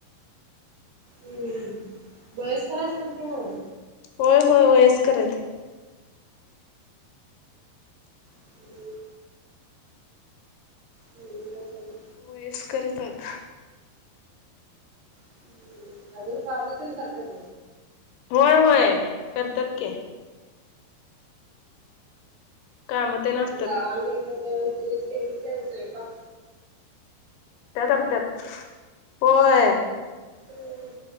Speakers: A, on the right; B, on the left.
A: हू वयस्कर असतील कि मं.
B: होय होय वयस्कर आहेत.
A: हम्म हम्म, काय चाललंय
B: वयसकर येतात.
A: हम्म अजून कामात तेन करत्यात.
B: होय होय करतात की! काम तेन असतात.
A: मी गावाला गेली तर त्यावेळी तिनेचं केली त्यानं स्वयपाक.
B: त्या करत्यात. होय
A: हम्म